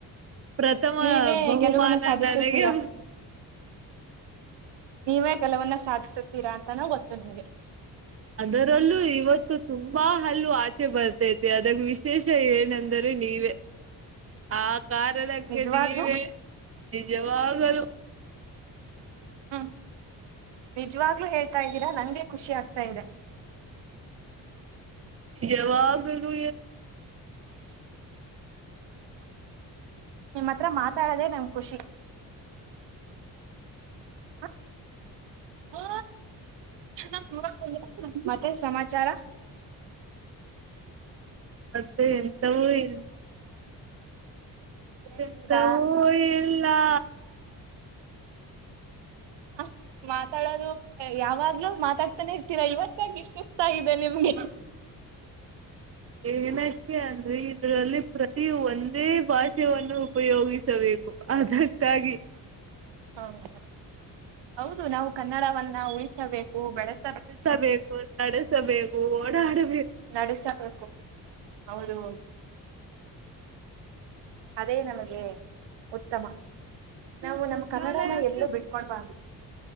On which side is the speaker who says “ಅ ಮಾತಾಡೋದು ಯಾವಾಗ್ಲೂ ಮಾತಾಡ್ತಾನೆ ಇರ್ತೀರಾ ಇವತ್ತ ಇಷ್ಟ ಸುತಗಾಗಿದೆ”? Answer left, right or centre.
Right